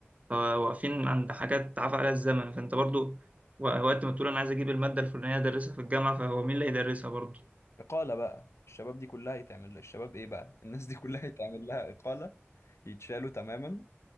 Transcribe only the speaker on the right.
فواقفين عند حاجات عفى عليها الزمن فانت برضو و- وقت ما تقول انا عايز اجيب الماده الفلانيه ادرسها في الجامعه فهو مين اللي هيدرسها برضو